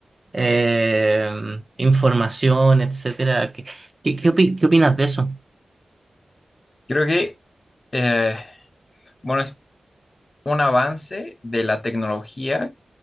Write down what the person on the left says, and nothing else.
Creo que, eh, bueno, es un avance de la tecnología